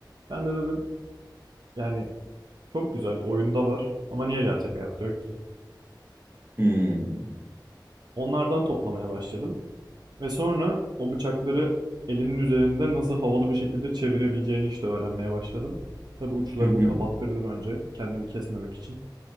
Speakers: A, on the right; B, on the right.
A: Ben de dedim yani çok güzel oyunda var ama niye gerçek hayatta yok ki?
B: Hı hı.
A: Onlardan toplamaya başladım. Ve sonra o bıçakları elinin üzerinde nasıl havalı bir şekilde çevirebileceğini işte öğrenmeye başladım. Tabii uçlarını
B: Hı hı.
A: kapattırdım önce kendimi kesmemek için.